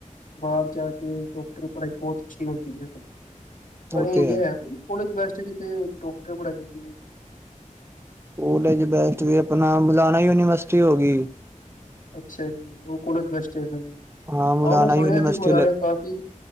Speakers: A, on the left (about 80°); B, on the right (about 20°).
A: ਬਾਹਰ ਜਾ ਕੇ ਡਾਕਟਰੀ ਪੜ੍ਹਾਈ ਬਹੁਤ ਅੱਛੀ ਹੁੰਦੀ ਐ ਆਪਣੇ
B: ਉਹ ਤੇ
A: ਇੰਡੀਆ
B: ਹੈ
A: ਐ ਕੋਲੇਜ ਬੈਸਟ ਜਿੱਥੇ ਡਾਕਟਰ ਪੜ੍ਹਾਈ ਜਾਂਦੀ ਐ।
B: ਕੋਲਜ ਬੈਸਟ ਜੀ ਆਪਣਾ ਲੁਧਿਆਣਾ ਯੂਨੀਵਰਸਿਟੀ ਹੋ ਗਈ।
A: ਅੱਛਾ ਜੀ, ਉਹ ਕੋਲਜ ਬੈਸਟ ਏ।
B: ਹਾਂ ਮੁਲਾਨਾ
A: ਆਓ ਨਾ ਸੋਇ
B: ਯੂਨੀਵਰਸਿਟੀ
A: ਸੀ ਮਲਾਣੇ
B: ਲ
A: ਕਾਫੀ